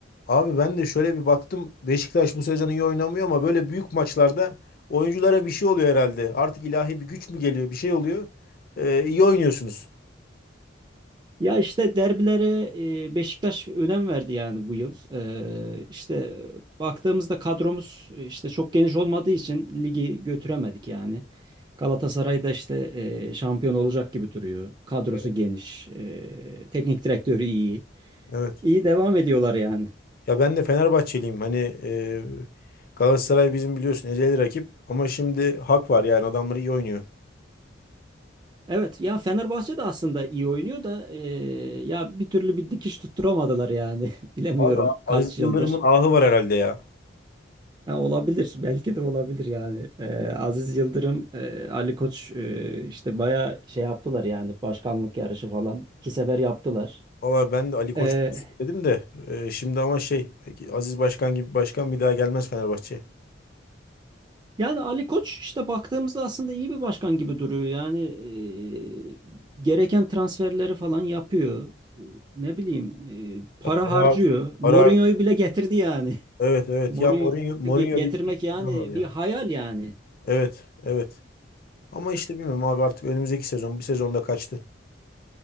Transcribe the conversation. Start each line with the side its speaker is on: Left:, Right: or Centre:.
Left: Abi ben de şöyle bir baktım. Beşiktaş bu sezon iyi oynamıyor ama böyle büyük maçlarda oyunculara bir şey oluyor herhalde. Artık ilahi bir güç mü geliyor? Bir şey oluyor. Ee, iyi oynuyorsunuz.
Right: Ya işte derbilere e, Beşiktaş önem verdi yani bu yıl. E, işte baktığımızda kadromuz işte çok geniş olmadığı için ligi götüremedik yani. Galatasaray da işte e, şampiyon olacak gibi duruyor. Kadrosu
Left: Evet.
Right: geniş, e, teknik direktörü iyi.
Left: Evet.
Right: İyi devam ediyorlar yani.
Left: Ya ben de Fenerbahçeliyim. Hani e, Galatasaray bizim biliyorsun ezeli rakip. Ama şimdi hak var yani adamları iyi oynuyor.
Right: Evet, ya Fenerbahçe de aslında iyi oynuyor da e, ya bir türlü bir dikiş tutturamadılar yani. <laughs> Bilemiyorum
Left: Abi Aziz
Right: kaç yıldır.
Left: Yıldırım'ın ahı var herhalde ya.
Right: Ha, olabilir. Belki de olabilir yani. Ee, Aziz Yıldırım, e, Ali Koç e, işte bayağı şey yaptılar yani başkanlık yarışı falan. iki sefer yaptılar.
Left: Valla ben de Ali Koç'u
Right: Ee,
Left: istedim de e, şimdi ama şey Aziz Başkan gibi başkan bir daha gelmez Fenerbahçe'ye.
Right: yani Ali Koç işte baktığımızda aslında iyi bir başkan gibi duruyor. Yani e, gereken transferleri falan yapıyor. E, Ne bileyim e, para
Left: Ya para
Right: harcıyor.
Left: harcıyor,
Right: Mourinho'yu
Left: para harcıyor.
Right: bile getirdi yani.
Left: Evet
Right: <laughs>
Left: evet.
Right: Mourinho'yu
Left: Ya Mourinho, Mourinho
Right: ge- getirmek
Left: bir
Right: yani
Left: var ya.
Right: bir hayal yani.
Left: Evet evet. Ama işte bilmiyorum abi artık önümüzdeki sezon bir sezonda kaçtı.